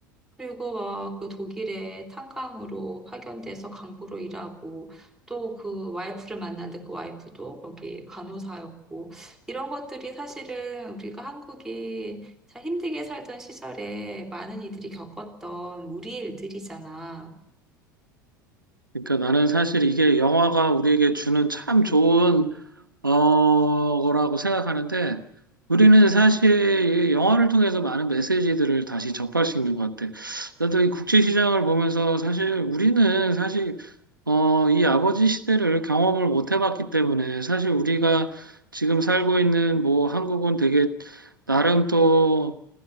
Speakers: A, in the centre; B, on the right.
A: 그리고 막 그 독일에 탄광으로 파견돼서 강부로 일하고 또 그 와이프를 만났는데 그 와이프도 거기 간호사였고 이런 것들이 사실은 우리가 한국이 참 힘들게 살던 시절에 많은 이들이 겪었던 우리 일들이잖아.
B: 그러니까 나는 사실 이게 영화가 우리에게 주는 참 좋은 어 거라고 생각하는데 우리는 사실 이 영화를 통해서 많은 메시지들을 다시 접할 수 있는 것 같아. 나도 이 국제 시장을 보면서 사실 우리는 사실 어 이 아버지 시대를 경험을 못 해봤기 때문에 사실 우리가 지금 살고 있는 뭐 한국은 되게 나름 또